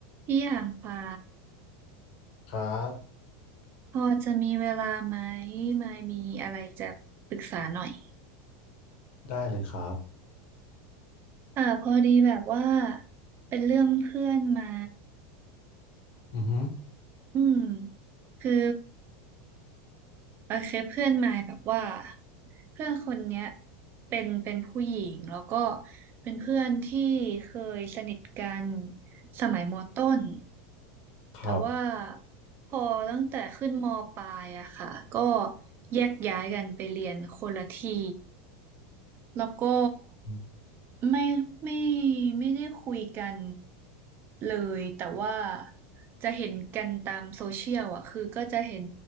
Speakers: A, on the right; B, on the left.
A: พี่อยางฟ้า
B: ครับ
A: พอจะมีเวลาไหมไม่มีอะไรจะปรึกษาหน่อย
B: ได้เลยครับ
A: เอ่าพอดีแบบว่าเป็นเรื่องเพื่อนไม่
B: อือฮึ
A: อืมคือโอเคเพื่อนไม้แบบว่าเพื่อนคนเนี้ยเป็นเป็นผู้หญิงแล้วก็เป็นเพื่อนที่เคยสนิทกันสมัยมต้น
B: ครับ
A: แต่ว่าพอตั้งแต่ขึ้นมปลายอะค่ะก็แยกย้ายกันไปเรียนคนละที่ แล้วก็
B: อื
A: ไม่ไม่ไม่ได้คุยกันเลยแต่ว่าจะเห็นกันตามโซเชียลอ่ะคือก็จะเห็น